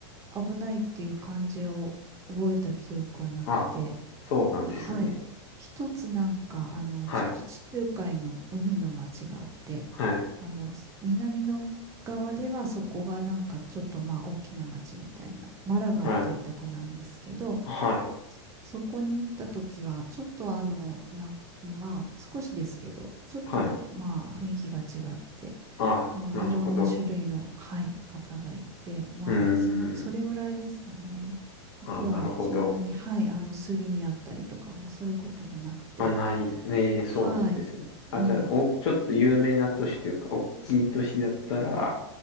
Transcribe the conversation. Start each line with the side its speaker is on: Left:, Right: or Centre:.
Right: 危ないっていう感じを覚えた記憶はなくて、
Left: あ、そうなんですね。
Right: はい。一つなんか、あの、
Left: はい、
Right: ちょっと地中海の海の町があって、
Left: はい、
Right: あの、す南の側ではそこがなんかちょっとまあ大きな町みたいな、マラガっていうとこなんですけど、
Left: はい、はい、
Right: そこに行った時は、ちょっとあの、なんまあ少しですけど、ちょっとまあ雰囲気が違って、
Left: はい。あ、
Right: もういろんな種類の、
Left: なるほど。
Right: はい、方がいて、まあ、
Left: うー
Right: その、それぐらいですかね。
Left: ん。あ、
Right: あとは、
Left: なるほど。
Right: そんなに、はい、あの、すりにあったりとかも、そういうこともなくて、
Left: あ、ない。ねえ、そうなんですね。
Right: はい、
Left: あ、
Right: うん、
Left: じゃあ、お、ちょっと有名な都市というか、大きい都市だったら、